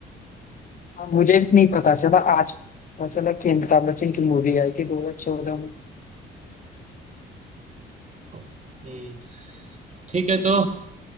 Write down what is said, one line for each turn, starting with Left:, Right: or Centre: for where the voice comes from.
Left: हाँ, मुझे भी नहीं पता चला आज पता चला कि अमिताभ बच्चन की मूवी आई थी दो हजार चौदह
Right: हम्म ठीक है तो